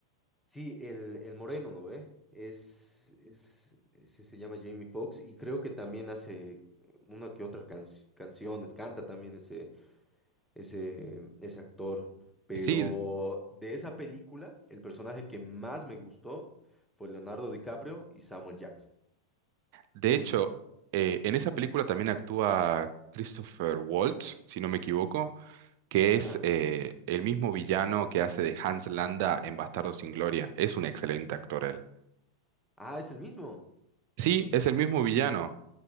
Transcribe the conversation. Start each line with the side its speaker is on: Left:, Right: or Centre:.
Centre: Sí, el, el moreno, ¿no ve? Es, es, ese se llama Jamie Foxx y creo que también hace una que otra can- canciones, canta también ese, ese, ese actor. Pero
Right: Sí,
Centre: de esa película, el personaje que más me gustó fue Leonardo DiCaprio y Samuel Jackson.
Right: de hecho, eh, en esa película también actúa Christopher Waltz, si no me equivoco que
Centre: ¿Ya?
Right: es eh, el mismo villano que hace de Hans Landa en Bastardos sin Gloria. Es un excelente actor él.
Centre: Ah, es el mismo.
Right: Sí, es el mismo villano